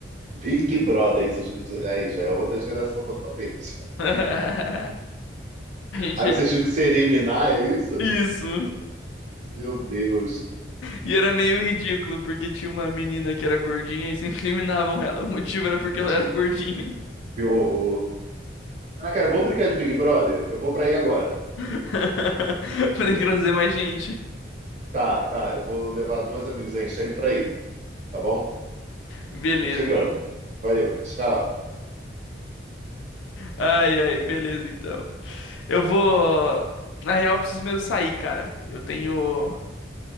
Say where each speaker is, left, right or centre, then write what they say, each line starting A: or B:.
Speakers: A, on the right; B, on the left.
A: Big Brother, isso já- aí já é outra geração totalmente.
B: <laughs> A gente.
A: Aí vocês tinham que se eliminar, é isso?
B: Isso.
A: Meu Deus,
B: E era meio ridículo, porque tinha uma menina que era gordinha e sempre eliminavam ela. O motivo era porque
A: <laughs>
B: ela era gordinha.
A: que horror. Ah, cara, vamos brincar de Big Brother? Eu vou pra aí agora.
B: <laughs> Pra trazer mais gente.
A: Tá, tá. Eu vou levar dois amigos aí. A gente tá indo pra aí, tá bom?
B: Beleza.
A: Tô chegando. Valeu. Tchau.
B: Ai, ai, beleza, então. Eu vou. Na real, eu preciso mesmo sair, cara. Eu tenho.